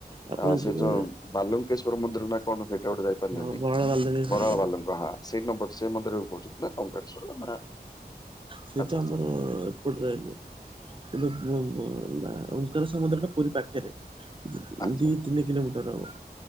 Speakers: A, on the right (about 30°); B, on the left (about 25°).
A: ଆପଣ
B: ଆ
A: ଯିବେ
B: ସେ ଯୋଉଁ ବାଲଙ୍କେଶ୍ଵର ମନ୍ଦିର ନା କଣ? ସେଇଟା ଗୋଟେ ଯାଇ ପାରିଲେନି,
A: ହଁ ବରାଳ ବାଲଦେବୀଶ୍ୱର
B: ବରାଳ
A: ମନ୍ଦିର
B: ବାଲାଙ୍କୁ ସେଇ ନମ୍ବର ସେଇ ମନ୍ଦିରେ ବି କହୁଛନ୍ତି, କେ ଶୁଣିଲ ନା?
A: ସେଇ
B: ଆଚ୍ଛା
A: ତ ଆମର
B: ଆଚ୍ଛା।
A: ରହ କିନ୍ତୁ ଅଙ୍କାର ସମୁଦ୍ରଟା ପୁରୀ ପାଖରେ। ଦି
B: ଆଚ୍ଛା
A: ତିନି କିଲୋମିଟର ହବ।